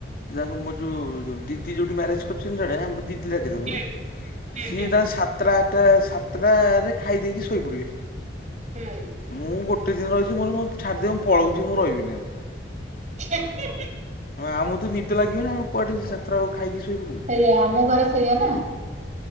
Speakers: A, on the left (about 55°); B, on the right (about 40°).
A: ଯ ମୋର ଯୋଉ ଦିଦି ଯୋଉଠି ମ୍ୟାରେଜ କରିଛି। ସୁନ୍ଦର ଆମେ ଦିଦି ଡାକେ ତାଙ୍କୁ
B: ହୁଁ ହୁଁ
A: ସିଏ
B: ହୁଁ
A: ତାଙ୍କ ସାତ୍ରା ସାତଟ ଖାଇ ଦେଇକି ଶୋଇପଡ଼ିବେ
B: ହୁଁ।
A: ମୁଁ ଗୋ ଗୋଟେ ରହିଛି ମୋତେ ଛାଡ଼ିଦିଅ ମୁଁ ପଳାଉଛି ରିହିବିନି ଆଉ।
B: ହେଁ ହେଁ।
A: ଆମକୁ ତ ନିଦ ଲାଗିବନି ଆମେ କୁଆଡ଼େ ସାତଟା ବେଳକୁ ଖାଇକି ଶୋଇପଡ଼ିବୁ।
B: ସେଇଆା ଆମ ଘରେ ସେଇଆା ନା।